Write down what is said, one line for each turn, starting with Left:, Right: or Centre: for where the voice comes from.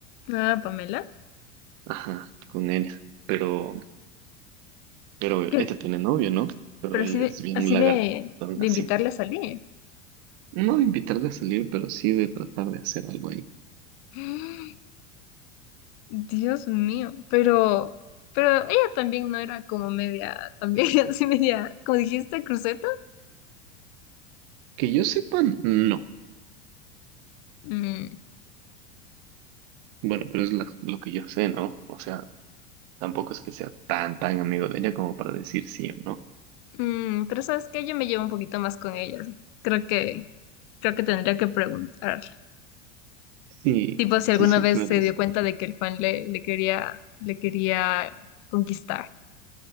Left: Ah, Pamela.
Right: Ajá, con ella. Pero, pero ella
Left: ¿Qué-
Right: tiene novio, ¿no? Pero
Left: Pero
Right: él
Left: así de,
Right: es bien
Left: así
Right: lagartón
Left: de, de
Right: así.
Left: invitarle a salir.
Right: No de invitarle a salir, pero sí de tratar de hacer algo ahí.
Left: <gasps> Dios mío, pero, pero ella también no era como media, también <laughs> así media, como dijiste, cruceta.
Right: Que yo sepa, no.
Left: Mm,
Right: Bueno, pero es la- lo que yo sé, ¿no? O sea, Tampoco es que sea tan, tan amigo de ella como para decir sí o no.
Left: mm, pero sabes que yo me llevo un poquito más con ellas. Creo que, creo que tendría que preguntarle.
Right: Sí,
Left: Tipo, si
Right: sí,
Left: alguna
Right: sí,
Left: vez
Right: tú eres.
Left: se dio cuenta de que el Juan le, le quería, le quería conquistar.